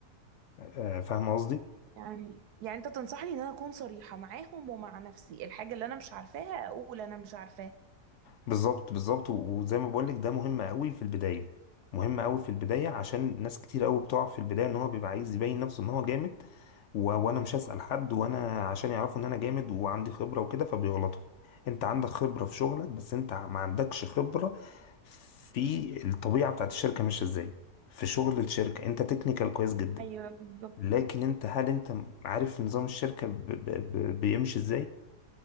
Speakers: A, on the left (about 70°); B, on the right (about 75°).
A: آه، فاهمه قصدي
B: يعني يعني انت تنصحني ان انا اكون صريحة معاهم ومع نفسي الحاجة اللي انا مش عارفاها اقول انا مش عارفاها
A: بالظبط بالظبط و- وزي ما بقولك ده مهم قوي في البداية مهم قوي في البداية عشان ناس كتير قوي بتقع في البداية ان هو بيبقى عايز يبين نفسه ان هو جامد و... وانا مش هسأل حد وانا عشان يعرفوا ان انا جامد وعندي خبرة وكده فبيغلطوا انت عندك خبرة في شغلك بس انت ما عندكش خبرة في الطبيعة بتاعت الشركة ماشية ازاي في شغل الشركة انت تكنيكال كويس جدا
B: ايوه بالظبط
A: لكن انت هل انت عارف نظام الشركة ب... ب... ب... بيمشي ازاي